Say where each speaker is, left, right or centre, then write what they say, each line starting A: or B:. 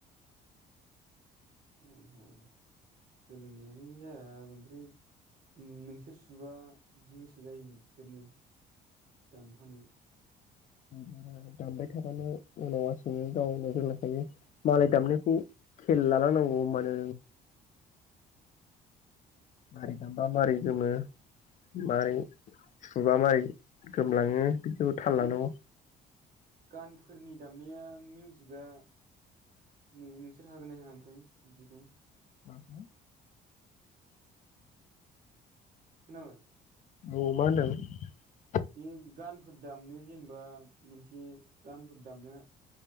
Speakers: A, on the right; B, on the left.
A: ओम ओम सोलोंनायानो जाया ओमफ्राय नोंसोर सुबा गोसो जायो नोगोरनो दामफानो।
B: बारा दामबाय थाबानो उनाव लासैनो गावनो रोंलांखायो मालाय दामनायखौ खेल लालांनांगौ होनबानो मारै दामबा मारै गोमो। मारै सुबा मारै गोमलांयो बेखौ थाल
A: बै
B: लानांगौ।
A: गानफोरनि दामनाया मिउजिकआ नों-नोंसोर हागोन ना हाया ओमफ्राय बिदिखौ?
B: बाथ'
A: खोनाबाय।
B: औ मा होनदों।
A: बे गानफोर दामनो जेनेबा मोनसे गानफोर दामनो